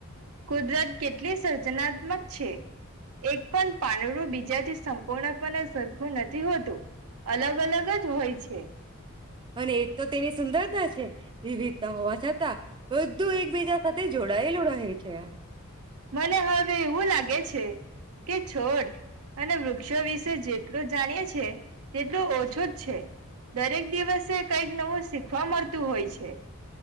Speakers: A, on the right; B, on the right.
A: કુદરત કેટલી સર્જનાત્મક છે એક પણ પાંદરું બીજાથી સંપૂર્ણપણે સરખું નથી હોતું અલગ અલગ જ હોય છે
B: અને એક તો તેની સુંદરતા છે વિવિધતા હોવા છતાં બધું એકબીજા સાથે જોડાયેલું રહે છે
A: મને હવે એવું લાગે છે કે છોડ અને વૃક્ષો વિશે જેટલું જાણીએ છે તેટલું ઓછું જ છે દરેક દિવસે કઈક નવું શીખવા મળતું હોય છે